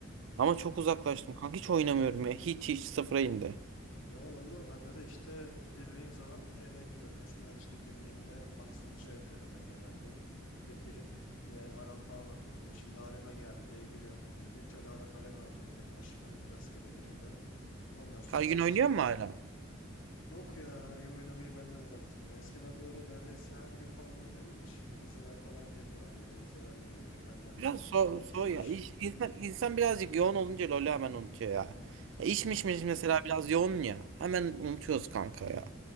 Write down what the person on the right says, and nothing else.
Ama çok uzaklaştım kanka hiç oynamıyorum ya. Hiç hiç sıfıra indi.
Her gün
oynuyor
mu hala?
Biraz so,
so
ya. İş, insan, insan birazcık yoğun olunca LoL'ü hemen unutuyor ya. ya iş miş
miş
mesela biraz yoğun ya. Hemen unutuyoruz kanka ya.